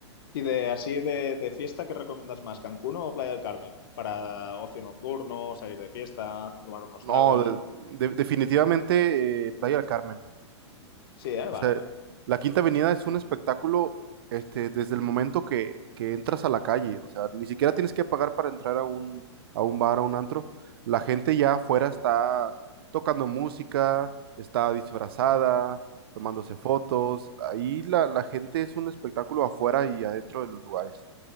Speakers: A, on the left (about 50°); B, on the right (about 55°).
A: Y de así de, de fiesta, ¿qué recomiendas más? ¿Cancún o Playa del Carmen? Para ocio nocturno, salir de fiesta, tomar unos
B: No,
A: tragos.
B: de- de- definitivamente eh, Playa del Carmen.
A: Sí, ¿eh?
B: O
A: Vale,
B: sea,
A: vale.
B: la Quinta Avenida es un espectáculo este, desde el momento que, que entras a la calle. O sea, ni siquiera tienes que pagar para entrar a un, a un bar, a un antro. La gente ya afuera está tocando música, está disfrazada, tomándose fotos. Ahí la, la gente es un espectáculo afuera y adentro de los lugares.